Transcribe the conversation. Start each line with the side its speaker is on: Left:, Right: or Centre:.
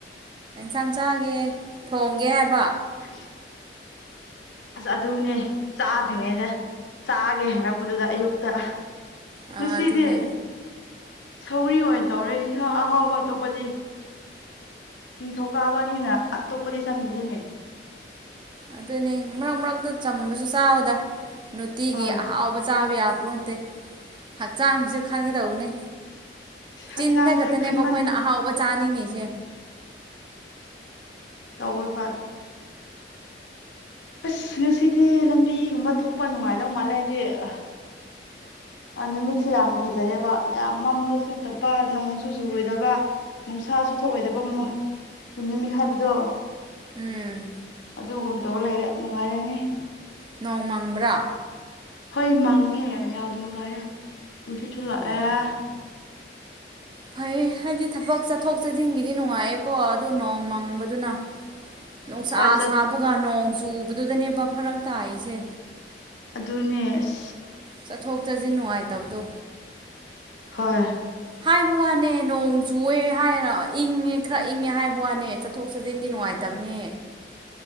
Right: ꯌꯦꯟꯁꯥꯡ ꯆꯥꯒꯦ ꯊꯣꯡꯒꯦ ꯍꯥꯏꯕ
Left: ꯎ ꯑꯁ ꯑꯗꯨꯅꯦ ꯆꯥꯗ꯭ꯔꯤꯉꯩꯗ ꯆꯥꯒꯦ ꯍꯪꯂꯛꯄꯗꯨꯗ ꯑꯌꯨꯛꯇ ꯉꯁꯤꯗꯦ
Right: ꯑꯥ ꯑꯗꯨꯅꯦ
Left: ꯁꯧꯔꯤ ꯑꯣꯏꯅ ꯇꯧꯔꯦ ꯏꯟꯁꯥꯡ ꯑꯍꯥꯎꯕ ꯑꯇꯣꯞꯄꯗꯤ ꯅꯤꯡꯊꯧꯀꯥꯕꯅꯤꯅ ꯑꯇꯣꯞꯄꯗꯤ ꯆꯥꯅꯤꯡꯗꯦꯅꯦ
Right: ꯑꯗꯨꯅꯦ ꯃꯔꯛ ꯃꯔꯛꯇ ꯆꯝꯕꯁꯨ ꯆꯥꯕꯗ ꯅꯨꯡꯇꯤꯒꯤ
Left: ꯍꯣꯏ
Right: ꯑꯍꯥꯎꯕ ꯆꯥꯕ ꯌꯥꯕ ꯄꯣꯟꯇꯦ ꯍꯛꯆꯥꯡꯁꯨ ꯈꯪꯒꯗꯧꯅꯦ
Left: ꯍꯛꯆꯥꯡꯁꯦ
Right: ꯆꯤꯟꯗ ꯈꯛꯇꯅꯦꯕ
Left: ꯈꯟꯃꯟ
Right: ꯑꯩꯈꯣꯏꯅ ꯑꯍꯥꯎꯕ ꯆꯥꯅꯤꯡꯉꯤꯁꯦ
Left: ꯇꯧꯋꯏꯕ ꯑꯁ ꯉꯁꯤꯗꯤ ꯂꯝꯕꯤꯒꯨꯝꯕ ꯊꯣꯛꯄ ꯅꯨꯡꯉꯥꯏꯗꯧ ꯃꯥꯜꯂꯦ ꯍꯥꯏꯗꯤ ꯑ ꯅꯨꯃꯤꯠꯁꯦ ꯌꯥꯝ ꯐꯖꯩꯔꯦꯕ ꯌꯥꯝ ꯃꯝꯕꯁꯨ ꯅꯠꯇꯕ ꯅꯣꯡꯁꯨ ꯆꯨꯔꯣꯏꯗꯕ ꯅꯨꯡꯁꯥꯁꯨ ꯊꯣꯛꯑꯣꯏꯗꯕ ꯑꯃꯣ ꯅꯨꯃꯤꯠ ꯍꯥꯏꯕꯗꯣ
Right: ꯎꯝ
Left: ꯑꯗꯨꯒꯨꯝꯇꯧ ꯂꯩꯔꯦ ꯅꯨꯡꯉꯥꯏꯔꯅꯤ
Right: ꯅꯣꯡꯃꯪꯕ꯭ꯔꯥ
Left: ꯍꯣꯏ ꯃꯪꯉꯦ ꯌꯥꯝ ꯅꯨꯡꯉꯥꯏꯌꯦꯦ ꯅꯨꯡꯁꯤꯠꯁꯨꯂꯛꯑꯦ
Right: ꯑꯣ ꯐꯩ ꯍꯥꯏꯗꯤ ꯊꯕꯛ ꯆꯠꯊꯣꯛ ꯆꯠꯁꯤꯟꯒꯤꯗꯤ ꯅꯨꯡꯉꯥꯏꯦꯀꯣ ꯑꯗꯨ ꯅꯣꯡ ꯃꯥꯡꯕꯗ ꯑꯗꯨꯅ ꯅꯨꯡꯁꯥ
Left: ꯍꯣꯏ ꯆꯠ
Right: ꯁꯥꯕꯒ ꯅꯣꯡ ꯆꯨ ꯑꯗꯨꯗꯨꯗꯅꯦꯕ ꯐꯔꯛ ꯇꯥꯏꯁꯦ
Left: ꯑꯗꯨꯅꯦꯁ
Right: ꯆꯠꯊꯣꯛ ꯆꯠꯁꯤꯟ ꯅꯨꯡꯉꯥꯏꯇꯕꯗꯣ
Left: ꯍꯣꯏ
Right: ꯍꯥꯏꯕ ꯋꯥꯅꯦ ꯅꯣꯡ ꯆꯨꯑꯦ ꯍꯥꯏꯔ ꯏꯪꯉꯦ ꯈꯔ ꯏꯪꯉꯦ ꯍꯥꯏꯕ ꯋꯥꯅꯦ ꯆꯠꯊꯣꯛ ꯆꯠꯁꯤꯟꯗꯤ ꯅꯨꯡꯉꯥꯏꯇꯦ ꯇꯕꯅꯤ